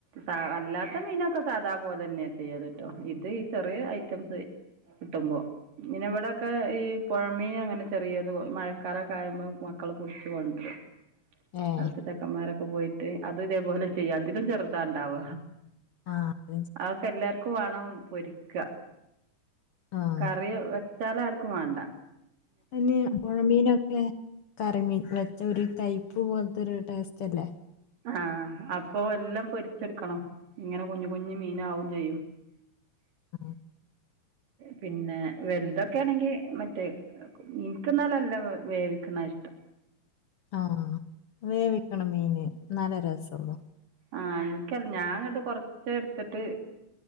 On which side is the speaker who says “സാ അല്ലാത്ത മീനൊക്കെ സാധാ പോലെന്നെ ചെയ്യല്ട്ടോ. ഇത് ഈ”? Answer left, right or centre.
Right